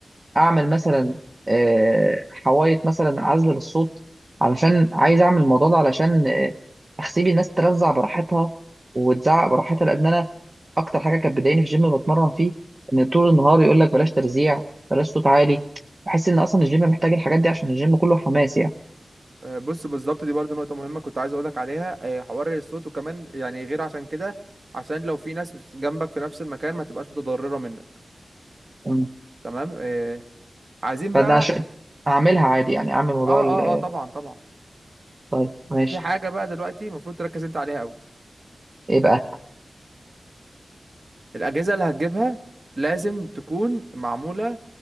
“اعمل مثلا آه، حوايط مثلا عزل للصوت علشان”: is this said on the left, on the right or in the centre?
Right